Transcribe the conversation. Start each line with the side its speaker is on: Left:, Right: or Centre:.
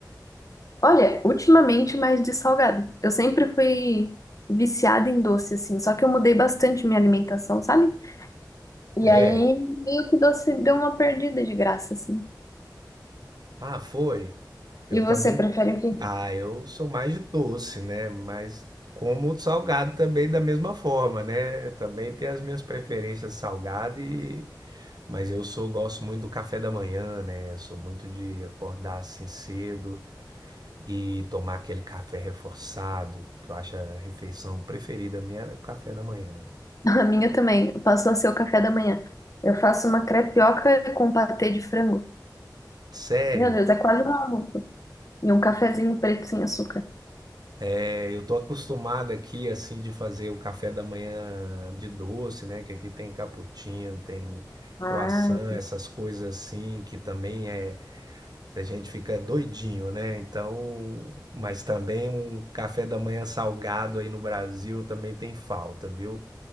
Left: Olha, ultimamente mais de salgado. Eu sempre fui viciada em doce, assim, só que eu mudei bastante minha alimentação, sabe? E
Right: É.
Left: aí, meio que doce deu uma perdida de graça, assim.
Right: Ah, foi. Eu
Left: E você
Right: também
Left: prefere o quê?
Right: Ah, eu sou mais de doce, né? Mas como salgado também da mesma forma, né? Também tem as minhas preferências salgado e mas eu sou gosto muito do café da manhã, né? Sou muito de acordar assim cedo e tomar aquele café reforçado, que eu acho a refeição preferida minha é o café da manhã, né?
Left: <laughs> A minha também. Passou a ser o café da manhã. Eu faço uma crepioca com patê de frango.
Right: Sério,
Left: Meu Deus, é quase um almoço. E um cafezinho preto sem açúcar.
Right: É, eu tô acostumado aqui, assim, de fazer o café da manhã de doce, né? Que aqui tem cappuccino, tem
Left: Ah,
Right: croissant, essas coisas assim, que também é. A gente fica doidinho, né? Então, mas também um café da manhã salgado aí no Brasil também tem falta, viu?